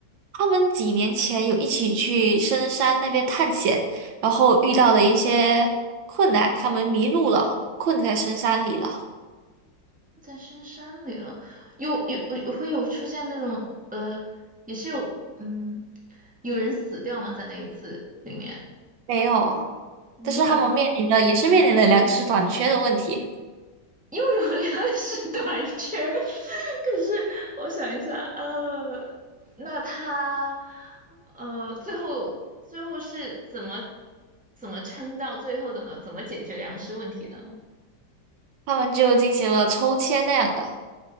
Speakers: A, on the right; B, in the centre.
A: 他们几年前有一起去深山那边探险，然后遇到了一些困难，他们迷路了，困在深山里了。
B: 在深山里了，又有有会有出现那种呃，也是有嗯，有人死掉吗？在那一次里面
A: 没有，
B: 没有，
A: 但是他们面临的也是面临的粮食短缺的问题，
B: 又有粮食 <laughs> 短缺。<laughs> 可是我想一下，呃，那他呃，最后最后是怎么怎么撑到最后的呢？怎么解决粮食问题的呢？
A: 他们就进行了抽签那样的。